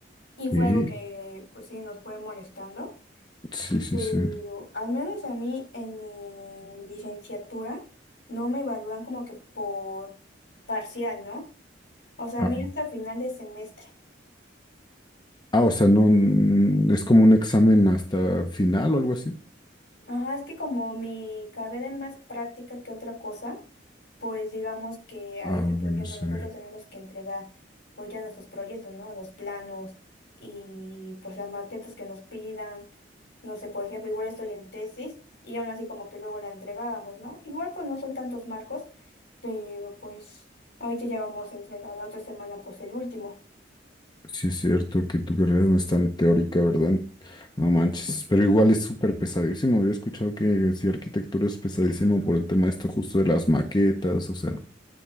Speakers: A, on the left; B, on the left.
A: Y fue
B: Sí,
A: algo que, pues sí, nos fue molestando,
B: sí, sí,
A: pero
B: sí.
A: al menos a mí en mi licenciatura no me evalúan como que por parcial, ¿no? O sea,
B: Ah,
A: a mí hasta final de semestre.
B: ah, o sea, no, mm, es como un examen hasta final o algo así.
A: Ajá, es que como mi carrera es más práctica que otra cosa, pues digamos que ahorita,
B: Ah, bueno,
A: por ejemplo,
B: sí.
A: nosotros tenemos que entregar pues ya nuestros proyectos, ¿no? Los planos y pues las maquetas que nos pidan. No sé, por ejemplo, igual estoy en tesis y aún así como que luego la entregábamos, ¿no? Igual pues no son tantos marcos, pero pues ahorita ya vamos a entregar la otra semana pues el último.
B: Sí, es cierto que tu carrera no es tan teórica, ¿verdad? No manches, pero igual es súper pesadísimo. Había escuchado que sí, arquitectura es pesadísimo por el tema de esto justo de las maquetas, o sea,